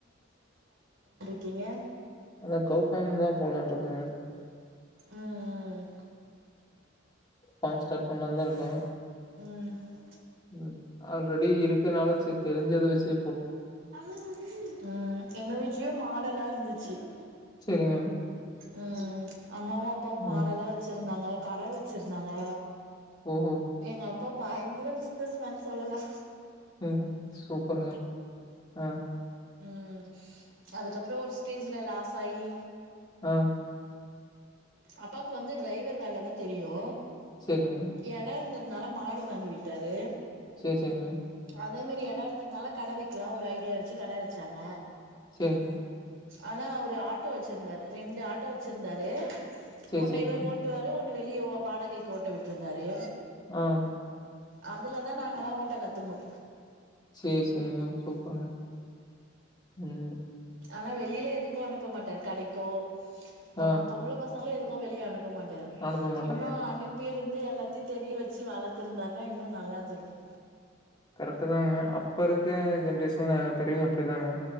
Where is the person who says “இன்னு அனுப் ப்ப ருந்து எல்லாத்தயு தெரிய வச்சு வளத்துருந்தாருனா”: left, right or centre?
Right